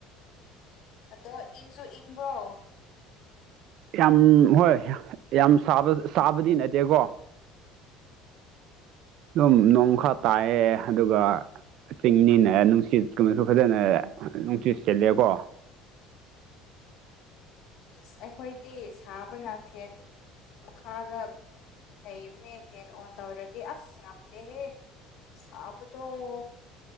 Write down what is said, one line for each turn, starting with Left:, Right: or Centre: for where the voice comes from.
Left: ꯑꯗꯣ ꯏꯪꯁꯨ ꯏꯪꯕ꯭ꯔꯣ?
Right: ꯌꯥꯝ ꯍꯣꯏ ꯌꯥꯝ ꯁꯥꯕ ꯁꯥꯕꯗꯤ ꯅꯠꯇꯦꯀꯣ꯫ ꯗꯨꯝ ꯅꯣꯡ
Left: ꯑꯣ ꯎꯝ
Right: ꯈꯥ ꯇꯥꯏꯌꯦ ꯑꯗꯨꯒ ꯆꯤꯡꯅꯤꯅ ꯅꯨꯡꯁꯤꯠꯀꯨꯝꯕꯁꯨ ꯐꯖꯅ ꯅꯨꯡꯁꯤꯠ ꯁꯦꯂꯦꯀꯣ꯫
Left: ꯑꯁ ꯑꯩꯈꯣꯏꯗꯤ ꯁꯥꯕꯅ ꯐꯦꯟ ꯃꯈꯥꯗ ꯂꯩꯕꯅꯦ ꯐꯦꯟ ꯑꯣꯟ ꯇꯧꯔꯗꯤ ꯑꯁ ꯉꯝꯗꯦꯍꯦ ꯁꯥꯕꯗꯣ